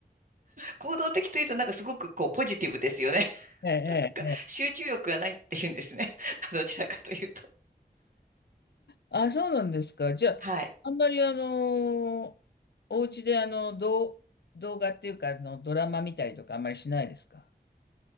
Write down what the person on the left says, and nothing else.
ええ、
ええ。
あ、そうなんですか。じゃあ、
あんまりあの、お家であの、動動画っていうか、あの、ドラマ見たりとかあんまりしないですか